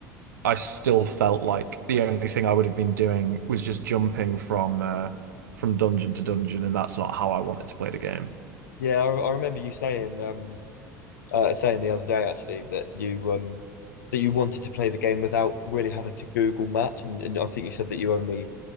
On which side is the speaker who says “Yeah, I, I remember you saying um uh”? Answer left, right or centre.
Left